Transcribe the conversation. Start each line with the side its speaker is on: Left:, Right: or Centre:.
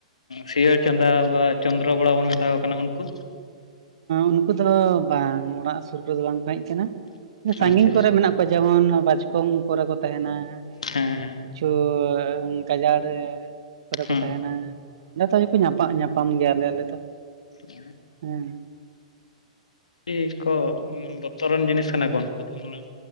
Left: ᱥᱤᱭᱟᱹᱟᱹᱲ ᱪᱟᱸᱫᱟ ᱵᱟ ᱪᱚᱱᱫᱨᱚ ᱵᱚᱲᱟ ᱵᱚᱱ ᱢᱮᱛᱟ ᱠᱚ ᱠᱟᱱᱟ ᱩᱱᱠᱩ?
Right: ᱩᱱᱠᱩ ᱫᱚ ᱵᱟᱝ ᱚᱲᱟᱜ ᱥᱩᱨ ᱠᱚᱫᱚ ᱵᱟᱝᱠᱚ ᱦᱮᱡ ᱠᱟᱱᱟ ᱥᱟᱺᱜᱤᱧ
Left: ᱟᱪᱪᱷᱟ
Right: ᱠᱚᱨᱮ ᱢᱮᱱᱟᱜ ᱠᱚᱣᱟ ᱡᱮᱢᱚᱱ ᱵᱟᱪᱠᱚᱢ ᱠᱚᱨᱮ ᱠᱚ ᱛᱟᱦᱮᱱᱟ,
Left: ᱦᱮᱸ ᱦᱮᱸ
Right: ᱠᱤᱪᱷᱩ ᱜᱟᱡᱟᱲ ᱠᱚᱨᱮ
Left: ᱦᱮᱸ
Right: ᱠᱚ ᱛᱟᱦᱮᱱᱟ᱾ ᱚᱸᱰᱮ ᱛᱚ ᱧᱟᱯᱟᱢ ᱧᱟᱯᱟᱢ ᱜᱮᱭᱟᱞᱮ ᱟᱞᱮ ᱫᱚ᱾
Left: <unintelligible>
Right: ᱦᱮᱸ
Left: ᱟᱹᱰᱤ ᱠᱚ ᱵᱚᱛᱚᱨᱟᱱ ᱡᱤᱱᱤᱥ ᱠᱟᱱᱟ ᱠᱚ ᱩᱱᱠᱩ ᱫᱚ ᱚᱱᱟ